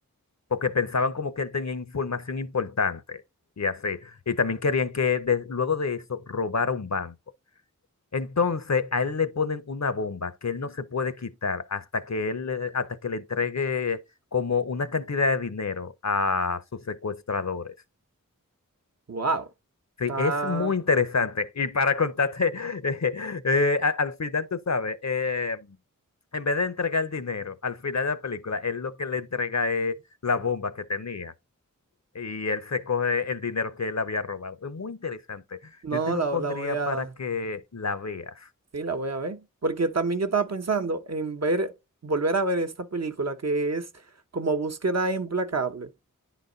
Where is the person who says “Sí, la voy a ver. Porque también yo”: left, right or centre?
Right